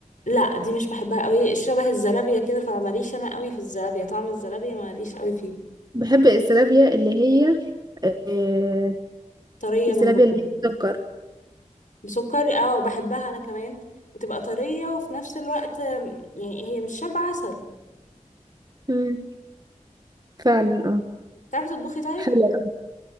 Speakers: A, on the left; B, on the right.
A: لا دي مش بحبها قوي شبه الزلابية كده فماليش انا قوي في الزلابية طعم الزلابية ماليش قوي فيه
B: بحب الزلابية اللي هي آه
A: طرية
B: الزلابية
A: من جوه
B: اللي هي بتسكر
A: بسكري اه بحبها انا كمان بتبقى طرية وفي نفس الوقت آم، يعني هي مش شبه عسل
B: مم. فعلا اه
A: تعرفي تطبخي طيب
B: حلوة أوي.